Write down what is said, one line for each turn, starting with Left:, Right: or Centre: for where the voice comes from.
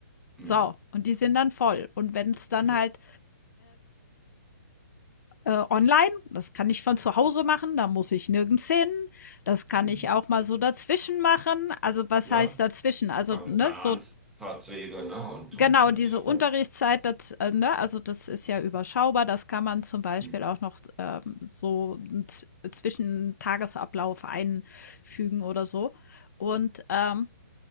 Centre: hm.
Left: So, und die sind dann voll. Und wenn es dann
Centre: ja,
Left: halt, äh, online das kann ich von zu Hause machen, da muss ich nirgends hin. Das kann
Centre: hm.
Left: ich auch mal so dazwischen machen. Also, was
Centre: ja.
Left: heißt dazwischen? Also,
Centre: Keine,
Left: ne,
Centre: keine
Left: so
Centre: Anfahrtswege, ne? Und,
Left: Genau,
Centre: und, und,
Left: diese Unterrichtszeit,
Centre: ja.
Left: das, äh, ne, also das ist ja überschaubar. Das kann man zum Beispiel
Centre: Hm.
Left: auch noch ähm, so z- zwischen Tagesablauf einfügen oder so. Und ähm,